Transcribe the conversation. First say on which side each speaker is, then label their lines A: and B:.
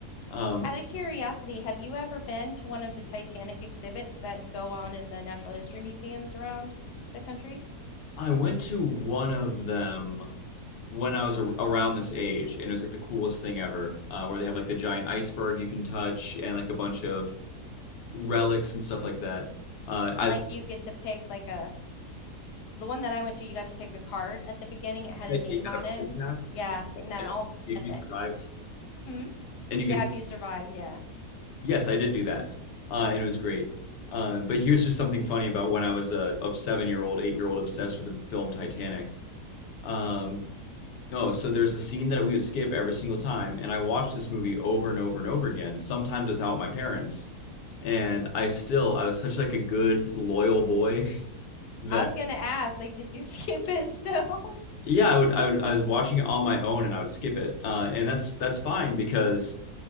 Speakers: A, on the left; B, on the left.
A: Um,
B: Out of curiosity, have you ever been to one of the Titanic exhibits that go on in the natural history museums around the country?
A: I went to one of them when I was ar around this age, and it was like the coolest thing ever, uh, where they have like the giant iceberg you can touch and like a bunch of relics and stuff like that. Uh, I
B: like
A: like
B: you get to pick like a the one that I went to, you got to pick a card at the beginning. It had
A: that
B: a name
A: you got
B: on
A: a
B: it.
A: prison pass
B: Yeah, and then all
A: if
B: at
A: you
B: the
A: survived,
B: Hmm?
A: and you
B: Yeah,
A: could
B: if you survive, yeah.
A: Yes, I did do that, uh, and it was great. Uh, but here's just something funny about when I was a, a seven-year-old, eight-year-old obsessed with the film Titanic. Um, oh, so there's a scene that we would skip every single time, and I watched this movie over and over and over again, sometimes without my parents. And I still, I was such like a good, loyal boy <laughs> that
B: I was gonna ask, like, did you <laughs> skip it still? <laughs>
A: yeah, I would, I would, I was watching it on my own, and I would skip it, uh, and that's that's fine because.